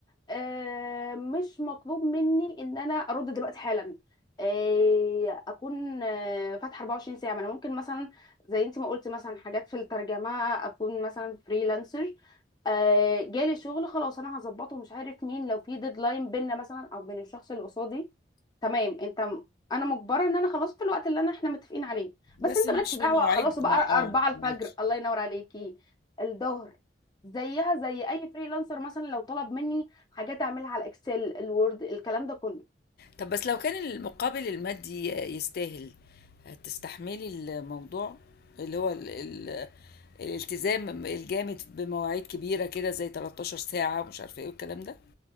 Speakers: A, on the left; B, on the left.
A: آه، مش مطلوب مني ان انا ارد دلوقتي حالا آه، اكون آه، فاتحه 24 ساعه ما انا ممكن مثلا زي انت ما قلت مثلا حاجات في الترجمه اكون مثلا فريلانسر آه، جالي شغل خلاص انا هظبطه مش عارف مين لو في ديدلاين بينا مثلا او بين الشخص اللي قصادي تمام انت انا مجبره ان انا خلاص في الوقت اللي انا احنا متفقين عليه بس
B: بس
A: انت
B: مش
A: مالكش دعوه
B: في مواعيد
A: خلاص بقى
B: ما اه
A: أربعة الفجر
B: معاكي
A: الله ينور عليكي الظهر زيها زي اي فريلانسر مثلا لو طلب مني حاجات اعملها على الاكسل الوورد الكلام ده كله
B: طب بس لو كان المقابل المادي يستاهل تستحملي الموضوع اللي هو ال ال الالتزام الجامد بمواعيد كبيرة كده زي 13 ساعة ومش عارفة ايه والكلام ده